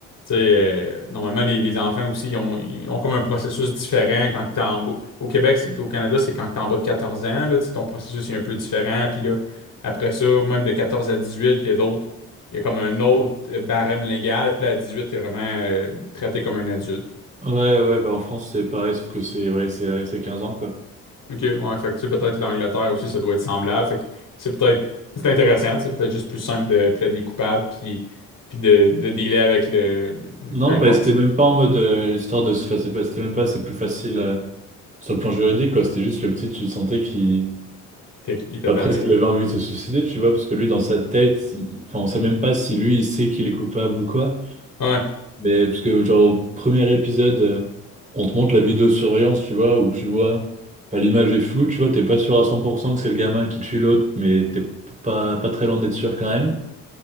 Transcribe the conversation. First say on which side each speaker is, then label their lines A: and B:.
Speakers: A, on the left; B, on the right.
A: sais, euh, normalement, les, les enfants aussi, ils ont, ils ont comme un processus différent quand t'es en bas. Au Québec c'est- puis au Canada, c'est quand t'es en bas de 14 ans, là, tu sais, ton processus est un peu différent. Puis là, après ça, même de 14 à 18, il y a d'autres, il y a comme un autre euh, barème légal. Puis là, à 18, t'es vraiment euh, traité comme un adulte.
B: Ouais, ouais, bah en France c'est pareil, sauf que c'est ouais, c'est c'est 15 ans quoi.
A: OK, ouais, fait que tu sais, peut-être l'Angleterre aussi, ça doit être semblable. Fait que c'est peut-être c'est intéressant, tu sais, c'est peut-être juste plus simple de plaider des coupables puis, puis de, de dealer avec le, le-
B: Non,
A: peu importe
B: bah c'était même pas en mode euh, l'histoire de se enfin, c'est pas- c'était même pas, c'est plus facile. euh, Sur le plan juridique, quoi, c'était juste le petit, tu sentais qu'il.
A: t'es- il était
B: Bah,
A: tanné.
B: presque qu'il
A: hein.
B: avait envie de se suicider, tu vois, parce que lui, dans sa tête, il- enfin, on sait même pas si lui, il sait qu'il est coupable ou quoi.
A: Ouais.
B: Mais parce que, genre, au premier épisode, euh, on te montre la vidéosurveillance, tu vois, où tu vois, enfin, l'image est floue, tu vois, t'es pas sûr à 100% que c'est le gamin qui tue l'autre, mais t'es p- pas, pas très loin d'être sûr quand même.